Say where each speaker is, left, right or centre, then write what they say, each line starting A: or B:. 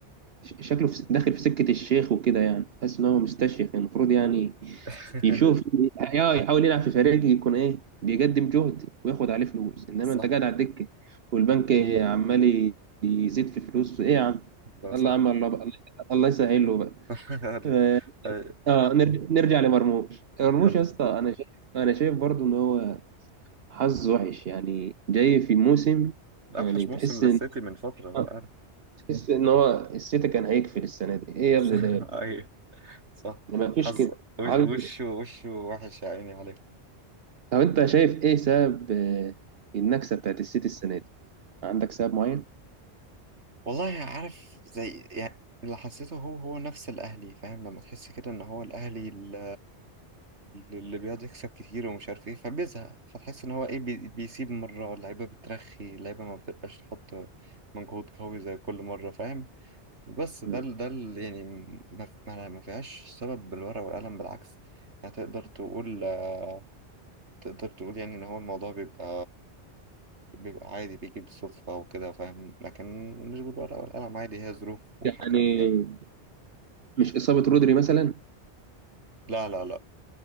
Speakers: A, on the right; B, on the right.
A: ش- شكله في داخل في سكة الشيخ وكده يعني حاسس ان هو مستشيخ المفروض يعني
B: <laughs>
A: يشوف اه يحاول يلعب في فريق يكون ايه بيقدم جهد وياخد عليه فلوس انما
B: صح
A: انت قاعد على الدكة والبنك عمال ي- يزيد في فلوس ايه يا عم
B: ده
A: الله
B: صح
A: يا عم الله بقى. الله يسهل له بقى
B: <laughs> يعني
A: اه
B: أي-
A: آه، نر- نرجع لمرموش مرموش
B: يلا
A: يا اسطى انا شايف انا شايف برضو ان هو حظ وحش يعني جاي في موسم
B: اوحش
A: يعني تحس
B: موسم للسيتي
A: ان
B: من فترة انت
A: آه،
B: عارف
A: تحس ان هو السيتي كان هيقفل السنة دي ايه يا
B: <laughs>
A: ابني ده
B: اي صح
A: مفيش
B: حظ
A: كده
B: وش-
A: هل
B: وشه وشه وحش يا عيني عليه
A: طب انت شايف ايه سبب آه، النكسه بتاعت السيتي السنه دي عندك سبب معين
B: والله عارف زي يعني اللي حسيته هو هو نفس الاهلي فاهم لما تحس كده ان هو الاهلي ال- اللي بيقعد يكسب كتير ومش عارف ايه فبيزهق فتحس ان هو ايه بي- بيسيب مرة اللعيبة بترخي اللعيبة ما بتبقاش تحط مجهود قوي زي كل مرة فاهم بس ده
A: مم.
B: ال- ده ال- يعني ما ما ما فيهاش سبب بالورقة والقلم بالعكس يعني تقدر تقول آه، تقدر تقول يعني ان هو الموضوع بيبقى بيبقى عادي بيجي بالصدفة وكده فاهم لكن مش بالورقة والقلم عادي هي ظروف وحكمت
A: يعني
B: يعني
A: مش اصابه رودري مثلا
B: لا لا لا